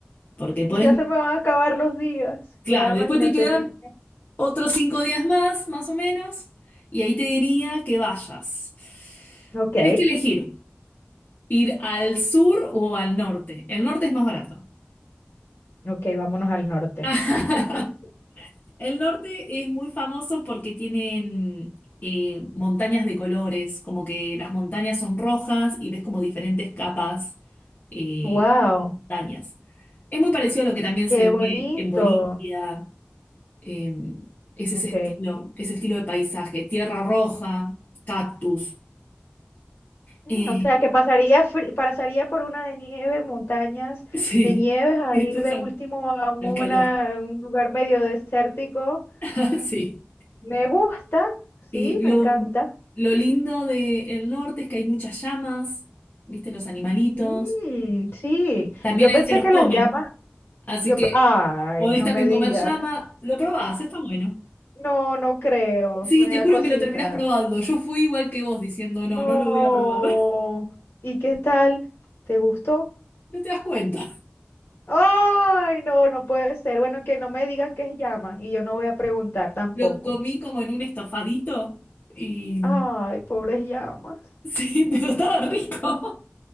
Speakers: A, on the left; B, on the left.
A: Porque podés,
B: Y ya se me van a acabar los días.
A: claro,
B: Ya imagínate.
A: después te quedan
B: te-
A: otros cinco días más, más o menos, y ahí te diría que vayas.
B: Ok,
A: Tenés que elegir ir al sur o al norte. El norte es más barato.
B: ok, vámonos al norte.
A: <laughs>
B: <laughs>
A: El norte es muy famoso porque tienen eh, montañas de colores, como que las montañas son rojas y ves como diferentes capas eh,
B: Wow,
A: montañas. Es muy parecido a lo que también
B: qué
A: se
B: bonito.
A: ve en Bolivia, eh, es
B: Ok.
A: ese estilo, ese estilo de paisaje, tierra roja, cactus.
B: Mm,
A: eh,
B: O sea, que pasaría, fri- pasaría por una de nieve, montañas
A: <laughs> sí,
B: de nieves, a
A: y
B: ir
A: después
B: de
A: al,
B: último a una,
A: al calor.
B: un lugar medio desértico.
A: <laughs> Sí.
B: Me gusta, sí,
A: Eh, lo,
B: me encanta.
A: lo lindo del norte es que hay muchas llamas, viste, los animalitos.
B: Mm, sí,
A: También
B: yo
A: ahí
B: pensé
A: se los
B: que
A: comen,
B: las llamas,
A: así
B: yo,
A: que
B: pe- ay,
A: podés
B: no
A: también
B: me digas.
A: comer llama. Lo probás, está bueno.
B: No, no creo,
A: Sí,
B: me
A: te
B: da
A: juro
B: cosita.
A: que lo terminás probando. Yo fui igual que vos diciendo, no,
B: No,
A: no lo voy a probar. <laughs>
B: ¿y qué tal? ¿Te gustó?
A: No te das cuenta.
B: Ay, no, no puede ser. Bueno, que no me digan que es llama y yo no voy a preguntar tampoco.
A: Lo comí como en un estofadito y...
B: Ay, pobres llamas.
A: Sí, <laughs> pero estaba rico. <laughs>